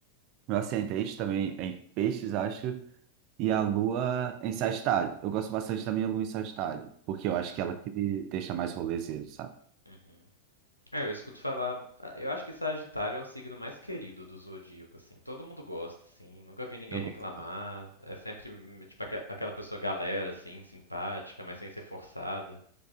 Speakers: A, on the right (about 40°); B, on the left (about 85°).
A: Meu ascendente também é em peixes, acho, e a lua em Sagitário. Eu gosto bastante da minha lua em Sagitário, porque
B: Uhum,
A: eu acho que ela que me deixa mais rolezeiro, sabe?
B: uhum. É, eu escuto falar. ah, Eu acho que Sagitário é o signo mais querido do zodíaco, assim. Todo mundo gosta, assim. Nunca vi ninguém
A: Eu
B: reclamar.
A: gosto.
B: É sempre, hum, tipo, aque- aquela pessoa galera, assim, simpática, mas sem ser forçada.